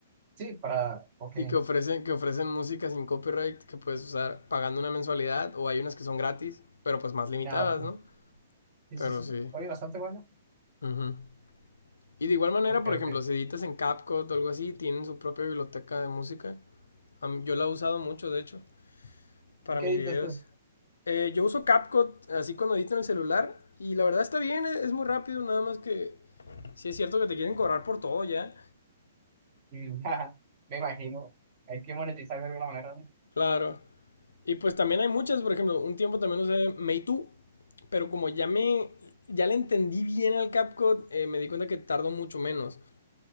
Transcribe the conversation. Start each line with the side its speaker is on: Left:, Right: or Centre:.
Right: sí, para, ok,
Left: Sí, que ofrecen, que ofrecen música sin copyright que puedes usar pagando una mensualidad o hay unas que son gratis, pero pues más limitadas,
Right: nada, pues,
Left: ¿no?
Right: sí,
Left: Pero
Right: sí, sí.
Left: sí.
Right: Oye, bastante bueno.
Left: ujú. Y de igual manera,
Right: Ok,
Left: por ejemplo,
Right: ok.
Left: si editas en CapCut o algo así, tienen su propia biblioteca de música. A mí- Yo la he usado mucho, de hecho, para
Right: ¿Y qué
Left: mis
Right: editas
Left: videos.
Right: tú?
Left: Eh, yo uso CapCut así cuando edito en el celular y la verdad está bien, e- es muy rápido, nada más que sí es cierto que te quieren cobrar por todo ya.
Right: Mm, <laughs> jaja, me imagino, hay que monetizar de alguna manera, ¿no?
Left: Claro. Y pues también hay muchas, por ejemplo, un tiempo también usé Meitu, Pero como ya me, ya le entendí bien al CapCut, eh, me di cuenta que tardo mucho menos.